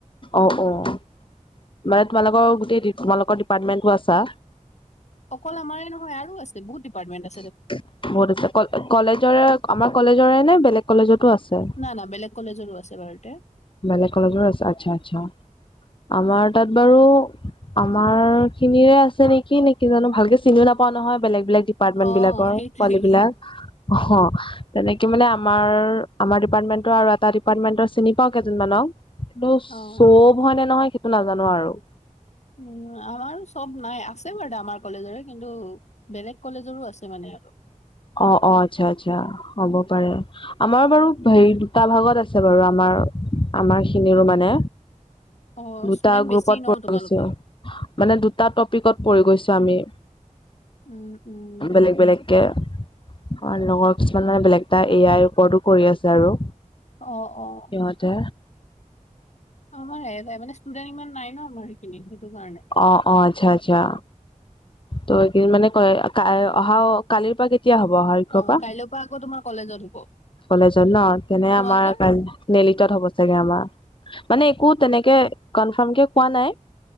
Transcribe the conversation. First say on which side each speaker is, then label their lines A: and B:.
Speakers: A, on the left; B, on the left.
A: অ' অ'। মানে তোমালোকৰ গোটেই তোমালোকৰ ডিপাৰ্টমেণ্টটো আছা।
B: অকল আমাৰে নহয়, আৰু আছে বহুত ডিপাৰ্টমেন্ট আ
A: বহুত আছে, কলেজৰে আমাৰ কলেজৰে নে বেলেগ কলেজতো আছে?
B: না না, বেলেগ কলেজৰো আছে এবাৰতে।
A: বেলেগ কলেজৰ আছে, আচ্ছা আচ্ছা, আমাৰ তাত বাৰু আমাৰ খিনিৰে আছে নেকি নেকি জানো, ভালকে চিনিও নাপাও নহয়, বেলেগ বেলেগ এপাৰ্টমেন্টবিলাকৰ
B: অ', সেইটোৱেই
A: পোৱালী বিলাক অ' তেনেকে মানে, আমাৰ আমাৰ ডিপাৰ্টমেন্টৰ আৰু এটা ডিপাৰ্টমেন্টৰ চিনি পাওঁ কেইজনিমানক, কিন্তু
B: অ'।
A: চব হয় নে নহয়, সেইটো নাজানো আৰু।
B: উম, আমাৰ চব নাই, আছে বাৰু দে আমাৰ কলেজৰে, কিন্তু বেলেগ কলেজৰো আছে মানে।
A: অ' অ', আচ্ছা আচ্ছা, হ'ব পাৰে। আমাৰ বাৰু হেৰি দুটা ভাগত আছে বাৰু। আমাৰ আমাৰ খিনিৰো মানে
B: অ',
A: দুটা
B: ষ্টুডেন্ট বেছি
A: গ্ৰুপত
B: ন তোমালোকৰ
A: পৰিছোঁ। মানে দুটা টপিকত পৰি গৈছো আমি।
B: উম, উম।
A: বেলেগ-বেলেগকে অ' লগৰ কিছুমান মানে বেলেগ এটা এ আইৰ ওপৰতো কৰি আছে আৰু।
B: অহ, অহ।
A: সিহঁতে
B: আমাৰ এটাই মানে, ষ্টুডেন্ট ইমান নাই ন আমাৰ সেইখিনিত, সেইটো কাৰণে।
A: অ' অ' আচ্ছা আচ্ছা। তো এই কেইদিন মানে কয়, অহা কালিৰ পৰা কেতিয়া হব? অহা কৰপা?
B: অ কাইলৈৰ পৰা আকৌ তোমাৰ কলেজত হ'ব
A: কলেজত ন তেনে
B: তোমালোকৰ
A: আমাৰ কাই নেলিটত হ'ব চাগে আমাৰ, মানে একো তেনেকে কনফাৰ্মকে কোৱা নাই।